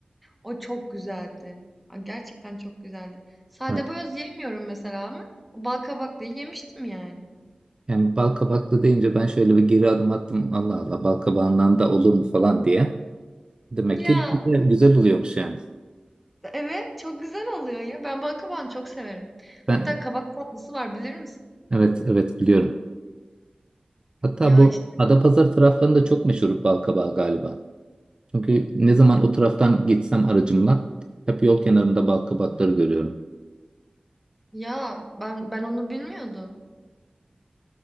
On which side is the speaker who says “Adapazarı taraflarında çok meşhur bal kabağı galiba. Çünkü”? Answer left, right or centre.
Right